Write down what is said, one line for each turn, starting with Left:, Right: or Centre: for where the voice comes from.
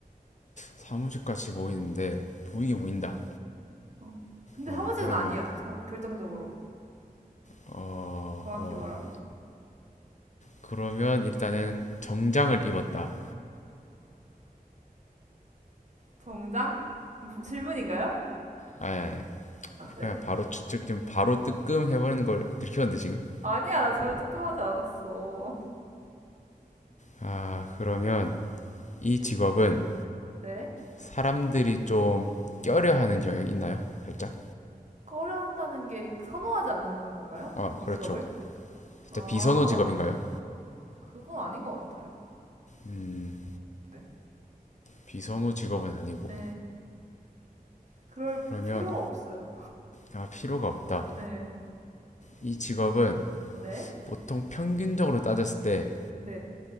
Left: 사무직 같이 보이는데 보이게 보인다
Right: 어. 근데
Left: 어
Right: 사무직은
Left: 그러면
Right: 아니야. 저, 결정적으로.
Left: 어,
Right: 정확히
Left: 어
Right: 말하면.
Left: 그러면 일단은 정장을 입었다.
Right: 정장? 뭐 질문인가요?
Left: 아니, 아니.
Right: 아, 네.
Left: 그냥 바로 추측, 좀 바로 뜨끔 해버리는 걸 들켰는데, 지금?
Right: 아니야, 나 전혀 뜨끔하지 않았어.
Left: 아, 그러면 이 직업은
Right: 네.
Left: 사람들이 좀 껴려하는 경향이 있나요? 살짝?
Right: 꺼려한다는 게 선호하지 않는다는 건가요?
Left: 아, 그렇죠.
Right: 이 직업을?
Left: 살짝
Right: 아,
Left: 비선호 직업인가요?
Right: 그건 아닌 것 같아요.
Left: 음,
Right: 네,
Left: 비선호 직업은 아니고.
Right: 네, 그럴
Left: 그러면,
Right: 필요가 없어요.
Left: 아, 필요가 없다.
Right: 네,
Left: 이 직업은
Right: 네,
Left: 보통 평균적으로 따졌을 때,
Right: 네,